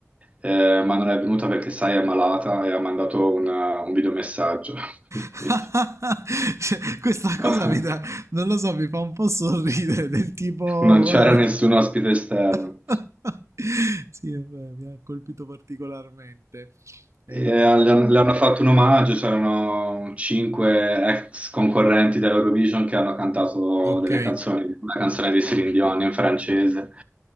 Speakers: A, on the right; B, on the right.
A: eh, ma non è venuta perché, sai, è malata e ha mandato un, eh, un videomessaggio,
B: <laughs>
A: <laughs> quindi
B: Questa
A: <laughs>
B: cosa mi dà, non lo so, mi fa un po' sorridere del tipo...
A: non c'era
B: guarda-
A: nessun ospite esterno.
B: <laughs> sì, vabbè, mi ha colpito particolarmente. Eh,
A: E le han- le hanno fatto un omaggio, c'erano cinque ex concorrenti dell'Eurovision che hanno cantato
B: ok,
A: delle canzoni, una canzone di Céline Dion in francese,